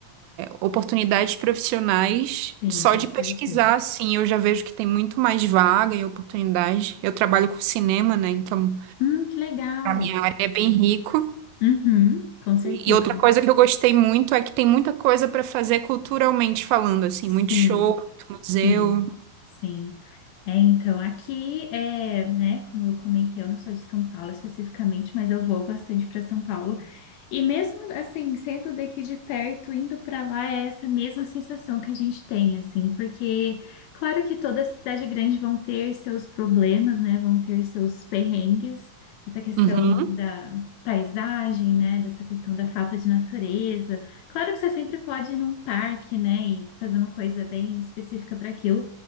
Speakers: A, on the right (about 80°); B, on the left (about 80°).
A: oportunidades profissionais
B: Sim,
A: só
B: com
A: de
B: certeza.
A: pesquisar, assim, eu já vejo que tem muito mais vaga e oportunidades. Eu trabalho com cinema, né? Então,
B: Hum, que legal.
A: a minha área é bem rico.
B: Uhum, com certeza.
A: E outra coisa que eu gostei muito é que tem muita coisa para fazer culturalmente falando, assim,
B: Sim,
A: muito show, muito museu.
B: sim, sim. É, então, aqui é, né, como eu comentei, eu não sou de São Paulo especificamente, mas eu vou bastante para São Paulo. E mesmo assim, sendo daqui de perto, indo para lá é essa mesma sensação que a gente tem, assim, porque claro que toda cidade grande vão ter seus problemas, né, vão ter seus perrengues, essa questão
A: Uhum.
B: da paisagem, né, dessa questão da falta de natureza. Claro que você sempre pode ir num parque, né, e fazer uma coisa bem específica para aquilo,